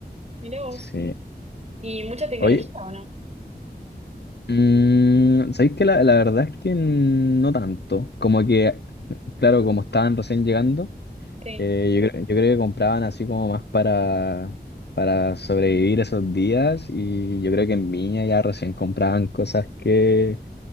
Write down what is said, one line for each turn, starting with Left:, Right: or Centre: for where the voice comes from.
Right: mira vos.
Left: Sí.
Right: ¿Y mucha tecnología
Left: Oye,
Right: o no?
Left: Mm, sabéis que la, la verdad es que no tanto. Como que, claro, como estaban recién llegando,
Right: Sí.
Left: eh, yo, creo yo creo que compraban así como más para, para sobrevivir esos días. Y yo creo que en Viña ya recién compraban cosas que,